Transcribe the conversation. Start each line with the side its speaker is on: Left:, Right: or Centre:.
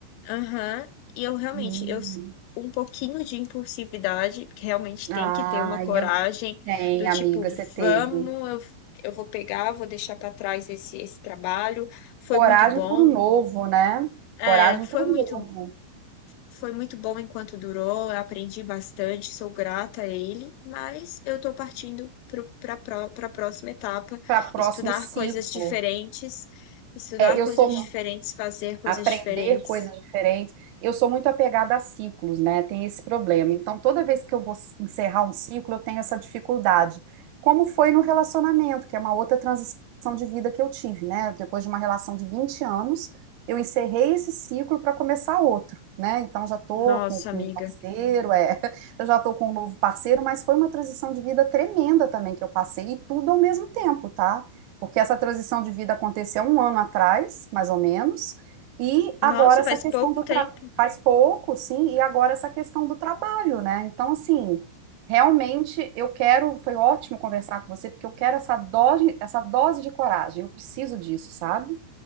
Left: Aham, E eu realmente,
Right: Hum.
Left: eu s- um pouquinho de impulsividade, que realmente tem
Right: Ah,
Left: que ter uma coragem
Right: Tem,
Left: do
Right: amiga,
Left: tipo,
Right: você teve.
Left: vamos, eu, eu vou pegar, vou deixar para trás esse, esse trabalho, foi
Right: Coragem
Left: muito bom.
Right: para o novo, né?
Left: É,
Right: Coragem
Left: foi
Right: para o
Left: muito,
Right: novo,
Left: foi muito bom enquanto durou, eu aprendi bastante, sou grata a ele, mas eu estou partindo para a próxima etapa,
Right: para próximo
Left: estudar
Right: ciclo.
Left: coisas diferentes, estudar
Right: É, eu
Left: coisas
Right: sou,
Left: diferentes, fazer coisas
Right: aprender
Left: diferentes.
Right: coisas diferentes. Eu sou muito apegada a ciclos, né? Tem esse problema. Então, toda vez que eu vou encerrar um ciclo, eu tenho essa dificuldade. Como foi no relacionamento, que é uma outra transição de vida que eu tive, né? Depois de uma relação de 20 anos, eu encerrei esse ciclo para começar outro, né? Então, já tô
Left: Nossa,
Right: com, com
Left: amiga.
Right: um parceiro, é, <laughs> eu já tô com um novo parceiro, mas foi uma transição de vida tremenda também que eu passei, e tudo ao mesmo tempo, tá? Porque essa transição de vida aconteceu um ano atrás, mais ou menos, e
Left: Nossa,
Right: agora essa
Left: faz
Right: questão
Left: pouco
Right: do
Left: tempo.
Right: tra... faz pouco, sim, e agora essa questão do trabalho, né? Então, assim, realmente eu quero, foi ótimo conversar com você, porque eu quero essa dose, essa dose de coragem, eu preciso disso, sabe?